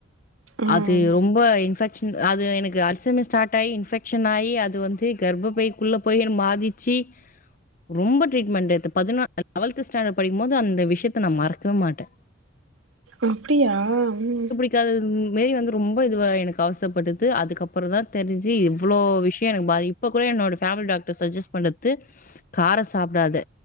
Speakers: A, on the right; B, on the left.
A: ம்.
B: அது ரொம்ப இன்ஃபெக் அது எனக்கு அல்சமம் ஸ்டார்ட் ஆகி இன்ஃபெக்ஷன் ஆகி அது வந்து கர்ப்பயக்குள்ள போயன்னு பாதிச்சு ரொம்ப ட்ரீட்மெண்ட் எடு பதினொ லெவல்த் ஸ்டாண்டர்ட் படிக்கும் போது அந்த விஷயத்த நான் மறக்கவே மாட்டேன்
A: அப்படியா ம்
B: எனக் அது மேறி வந்து ரொம்ப இது எனக்கு அவசைப்பட்டது அதுக்கப்புறம் தான் தெரிஞ்சு இவ்வளவு விஷயம் எனக்கு பாதி இப்ப கூட என்னோட ஃபேமிலி டாக்டர் சஜெஸ்ட் பண்றது கார சாப்டாத